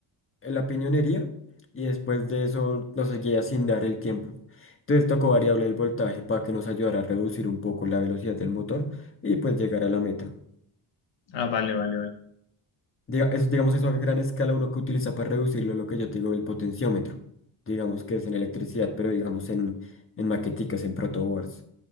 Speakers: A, on the left; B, on the left.
A: la piñonería y después de eso nos seguía sin dar el tiempo. Entonces tocó variable el voltaje para que nos ayudara a reducir un poco la velocidad del motor y pues llegar a la meta.
B: Ah, vale, vale, vale.
A: Diga- es, digamos eso a gran escala uno que utiliza para reducirlo, lo que yo te digo, el potenciómetro. Digamos que es en electricidad, pero digamos en, en maqueticas, en protoboards.